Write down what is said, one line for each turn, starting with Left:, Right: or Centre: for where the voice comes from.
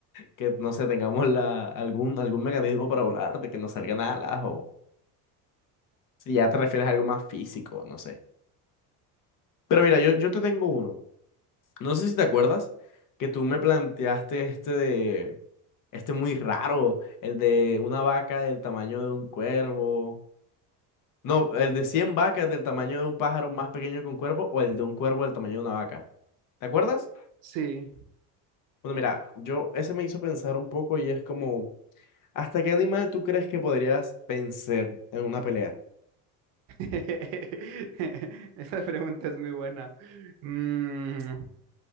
Left: Que no sé, tengamos la, algún, algún mecanismo para volar, de que no salgan alas o si ya te refieres a algo más físico, no sé. Pero mira, yo, yo te tengo uno. No sé si te acuerdas que tú me planteaste este de Este muy raro, el de una vaca del tamaño de un cuervo. No, el de 100 vacas del tamaño de un pájaro más pequeño que un cuervo o el de un cuervo del tamaño de una vaca. ¿Te acuerdas?
Right: Sí.
Left: Bueno, mira, yo ese me hizo pensar un poco y es como, ¿hasta qué animal tú crees que podrías vencer en una pelea?
Right: <laughs> Esa pregunta es muy buena. Mm,